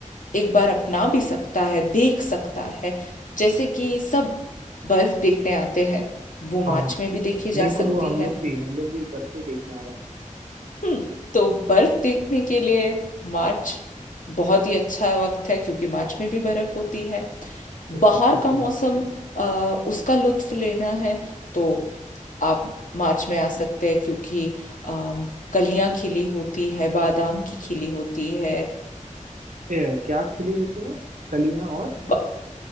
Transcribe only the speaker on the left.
एक बार अपना भी सकता है देख सकता है जैसे कि सब बर्फ़ देखने आते हैं वो
मार्च
में भी देखी
जा सकती
है
हम्म तो बर्फ देखने के लिए मार्च बहुत ही अच्छा वक्त है क्योंकि मार्च में भी बर्फ होती है
बाहर
का
मौसम अ, उसका लुत्फ लेना है तो आप मार्च में आ सकते हैं क्योंकि अम, कलियां खिली होती है बादाम की खिली होती है
ब-